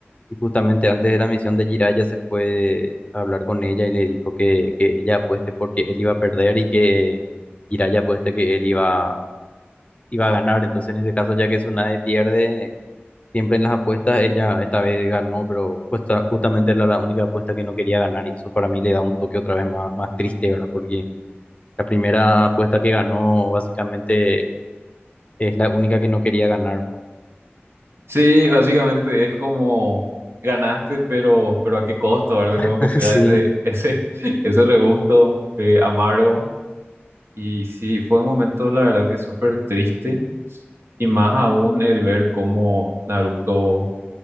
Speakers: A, on the left; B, on the right.
A: Y justamente antes de la misión de Jiraiya se fue a hablar con ella y le dijo que, que ella apueste porque él iba a perder y que Jiraiya apueste que él iba, iba a ganar. Entonces, en ese caso, ya que Tsunade pierde, Siempre en las apuestas ella esta vez ganó, pero justa- justamente era la única apuesta que no quería ganar y eso para mí le da un toque otra vez más, más triste, ¿verdad? Porque la primera apuesta que ganó básicamente es la única que no quería ganar, ¿verdad?
B: Sí, básicamente es como ganaste, pero, pero a qué costo, ¿verdad?
A: <laughs>
B: Como que te
A: Sí,
B: da ese, ese, <laughs> ese regusto eh, amargo. Y sí, fue un momento, la verdad, que súper triste. Y más aún el ver cómo Naruto,